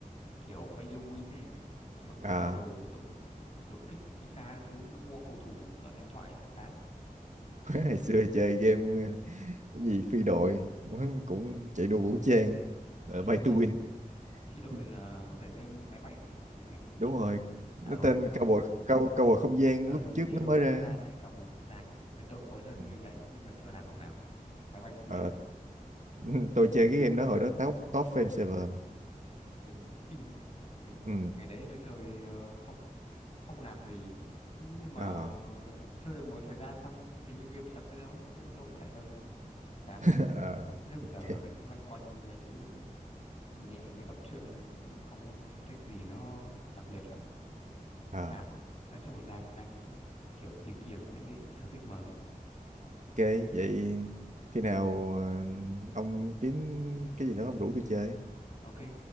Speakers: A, on the left; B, on the right.
A: kiểu pay to win này kiểu cứ
B: À,
A: mua đồ giống đột kích FIFA các thứ nó mua cầu thủ toàn huyền thoại sao đá
B: <laughs> hồi xưa chơi game ờ, cái gì phi đội <laughs> cũng chạy đua vũ trang ờ,
A: phi
B: Bay
A: đội
B: to Win.
A: phi đội
B: <laughs>
A: là có phải game máy bay không nhỉ hay game gì
B: Đúng
A: nhỉ
B: rồi. Nó
A: à ừ
B: tên
A: đúng,
B: Cowboy Cow- Cowboy không gian
A: ờ,
B: lúc
A: đúng rồi
B: trước
A: phi
B: nó
A: đội
B: mới
A: không
B: ra.
A: gian hay cao bồi không gian ấy ngày tôi cũng có chơi
B: Ừ.
A: cái game đấy nhưng mà chưa làm đồng nào máy bay cùi
B: Ờ,
A: lắm.
B: <laughs> tôi chơi cái game đó hồi đó top top fame server mà.
A: Ui, chơi kinh ấy. ngày,
B: Ừ.
A: ngày đấy tôi chơi ờ, không không nạp gì nhưng mà
B: Ờ.
A: chơi được một thời gian xong hình như game sập hay sao á. thế thì thôi chả chơi nữa chán lắm
B: <laughs> Ờ,
A: nói chung
B: ok.
A: giờ cũng loanh quanh mấy cái nhẹ như đọc truyện này, nhưng không có sở thích gì nó đặc biệt lắm
B: Ờ.
A: chán nói chung là đang đang kiểu tìm kiếm những cái sở thích mới
B: Ok, vậy khi nào ờ, ông kiếm cái gì đó ông rủ tôi chơi.
A: ok ừ,